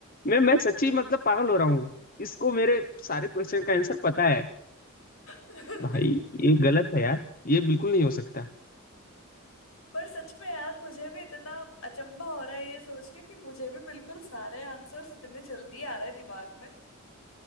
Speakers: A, on the left (about 40°); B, on the left (about 75°).
A: मैं मैं सच्ची मतलब पागल हो रहा हूँ इसको मेरे सारे क्वेश्चन का आंसर पता है
B: पर
A: भाई ये गलत है यार ये बिल्कुल नहीं हो सकता
B: सच में यार मुझे भी इतना अचंभा हो रहा है ये सोच के कि मुझे भी बिल्कुल सारे आंसर्स इतने जल्दी आ रहे हैं दिमाग में